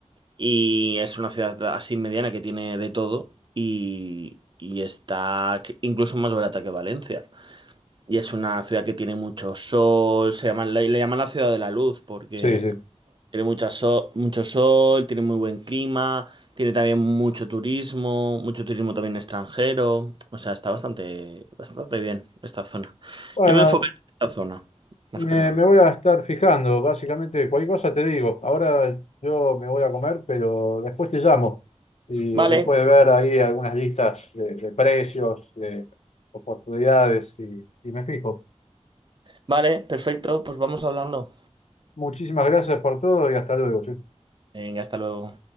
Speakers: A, on the right (about 40°); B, on the left (about 65°).
A: y es una ciudad así mediana que tiene de todo y, y está que- incluso más barata que Valencia. Y es una ciudad que tiene mucho sol, se llama, le, le llaman la ciudad de la luz porque
B: sí, sí.
A: tiene mucha so- mucho sol, tiene muy buen clima, tiene también mucho turismo, mucho turismo también extranjero. O sea, está bastante, bastante bien esta zona.
B: Bueno,
A: Yo me enfoco en esta zona, más
B: Me,
A: que nada.
B: me voy a estar fijando, básicamente cualquier cosa te digo. Ahora yo me voy a comer, pero después te llamo. Y
A: Vale,
B: después de ver ahí algunas listas de, de precios, de oportunidades, y, y me fijo.
A: vale, perfecto, pues vamos hablando.
B: Muchísimas gracias por todo y hasta luego. che.
A: Venga, hasta luego.